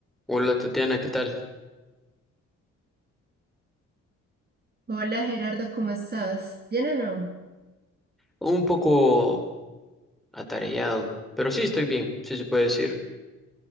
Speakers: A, in the centre; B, on the right (about 30°).
A: Hola Tatiana, ¿qué tal?
B: Hola Gerardo, ¿cómo estás? ¿Bien o no?
A: Un poco atareado, pero sí estoy bien, sí se puede decir.